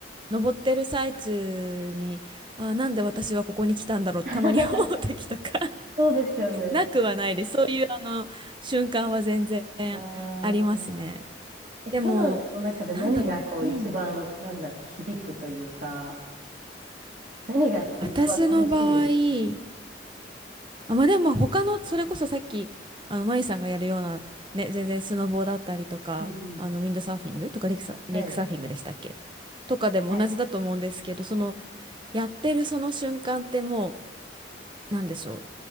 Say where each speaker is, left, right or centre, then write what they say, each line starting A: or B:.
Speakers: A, on the right; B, on the right.
A: 登ってる最中に、あ、なんで私はここに来たんだろう、たまに思う時とか
B: <laughs> そうですよね。
A: なくはないです。そういうあの瞬間は全然
B: ああ。
A: ありますね。
B: え、登山の中で何がこう一番、
A: でも、なんだろう。うん。
B: なんだろう、響くというか、何が一番楽しいんです
A: 私の場合、あ、まあでも他の、それこそさっき、あの、まゆさんがやるような、ね、全然スノボーだったりとか、
B: うんうん。
A: あの、ウィンドサーフィングとかレイクサ、レイクサーフィングでしたっけとかでも同じだと思うんですけど、
B: はい。はい。
A: その、やってるその瞬間ってもう、なんでしょう。